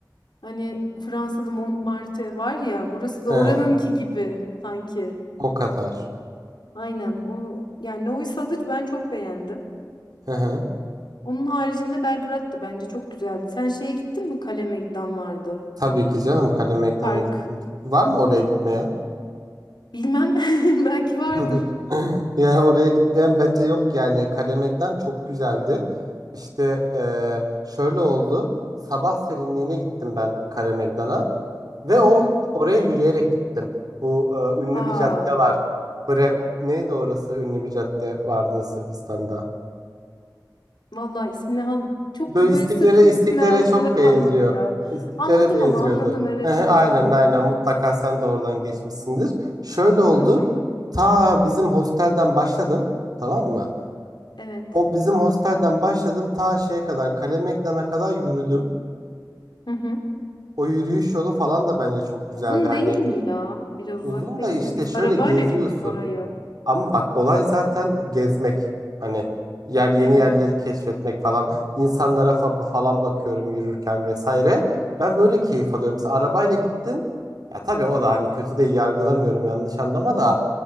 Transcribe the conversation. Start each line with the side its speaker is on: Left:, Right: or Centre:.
Left: hani Fransa'da Montmartre var ya burası da
Right: He.
Left: oranınki gibi sanki.
Right: O kadar.
Left: Aynen o yani Novi Sad'ı ben çok beğendim.
Right: Hı hı.
Left: Onun haricinde Belgrad da bence çok güzeldi. Sen şeye gittin mi? Kale vardı.
Right: Tabii ki canım Kale Meydan'a
Left: Park.
Right: git, git. Var mı oraya gitmeyen?
Left: Bilmem. <laughs> Belki vardır.
Right: <laughs> Yani oraya gitmeyen bence yok yani Kalemegdan çok güzeldi. İşte eee, şöyle oldu. Sabah serinliğine gittim ben Kalemegdan'a ve o
Left: Hı hı.
Right: oraya yürüyerek gittim. Bu eee, ünlü
Left: Aa,
Right: bir cadde var. Bre neydi orası? Ünlü bir cadde vardı Sırbistan'da.
Left: vallahi ismini han- çok
Right: Böyle
Left: böyle
Right: İstiklal'e
Left: Sırpça isimler
Right: İstiklal'e
Left: aklımda
Right: çok benziyor.
Left: kalmadı ya.
Right: İstiklal'e
Left: Anladım
Right: benziyordu.
Left: ama anladım. Evet
Right: Hı hı,
Left: evet
Right: Aynen
Left: anladım.
Right: aynen mutlaka sen de oradan geçmişsindir. Şöyle oldu.
Left: Hı hı.
Right: Ta bizim hostelden başladım. Tamam mı?
Left: Evet.
Right: O bizim hostelden başladım ta şeye kadar Kale Meydan'a kadar yürüdüm.
Left: Hı hı.
Right: O yürüyüş yolu falan da bence çok güzeldi.
Left: Uzun
Right: Hani
Left: değil mi ya? Biraz uzak
Right: uzun
Left: değil
Right: da işte
Left: mi? Biz
Right: şöyle
Left: arabayla
Right: geziyorsun.
Left: gittik oraya.
Right: Ama bak olay zaten gezmek. Hani yer yeni
Left: Evet.
Right: yerleri keşfetmek falan. İnsanlara fa- falan bakıyorum yürürken vesaire. Ben böyle keyif alıyorum. Mesela arabayla gittin. Ya tabii o da hani kötü de yargılamıyorum yanlış anlama da.